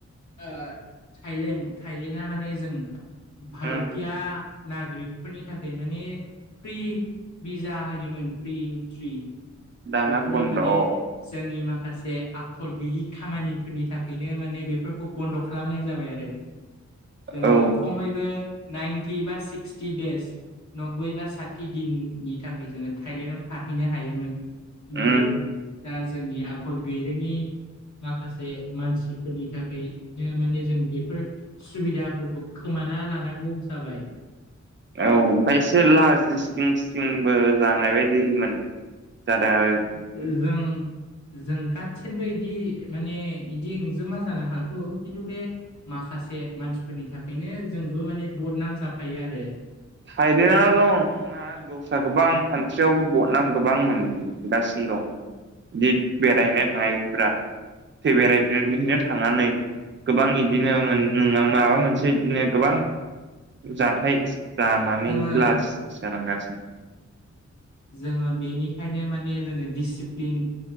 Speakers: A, on the left; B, on the right.
A: ओ थायलेण्ड थाइलेण्डआ माने जों भारतिया
B: उम
A: नागरिकफोरनि थाखाय माने फ्रि भिजा होयोमोन फ्रि एन्ट्रि
B: दाना
A: बेफोरो
B: बन्द'
A: माने
B: उम
A: जोंनि माखासे आखल गैयि खामानिफोरनि थाखायनो माने बेफोरखौ बन्द' खालामनाय जाबाय आरो जोङो
B: औ
A: खमैबो नाइन्टि बा सिक्सटि दडेज नब्बै बा साथि दिननि थाखाय जोङो थाइलेण्डाव थाहैनो हायोमोन
B: उम
A: खिन्थु दा जोंनि आखल गैरोङनि माखासे मानसिफोरनि थाखायनो माने जों बेफोर सुबिदाफोरखौ खोमाना लानांगौ जाबाय।
B: औ ओमफ्राय एसे लाजिस्लिं सलिंबो जानाय बायदिमोन जादों आरो
A: जों जों गासिनबो इदि माने इदिंजोमा जानो हागौ खिन्थु बे माखासे मानसिफोरनि थाखायनो जोंबो माने बद नाम जाफायो आरो
B: फायदिन रं न दा दस्रा गोबां कान्टियावबो बदनाम गोबां मोनगासिनो दं जि बेरायहैनाय थांनायफोरा थै बेरायफनो थांनानै गोबां बिदिनो न माबा मोनसे बिदिनो गोबां जाथाय जानानै
A: जोङो
B: बिदि लाजि जानांगासिनो
A: जोङो बेनिखायनो माने जोङो दिडिसिप्लिन